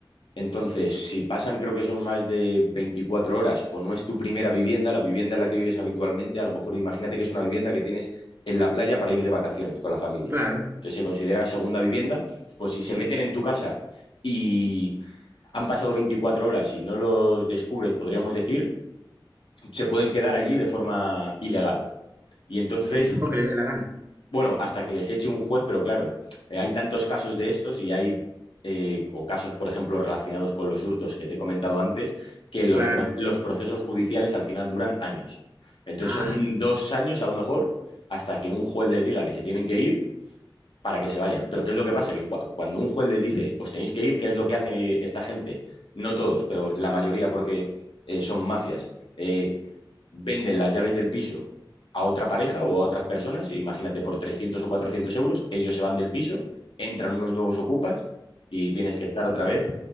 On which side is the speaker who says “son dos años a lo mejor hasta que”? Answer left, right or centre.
Left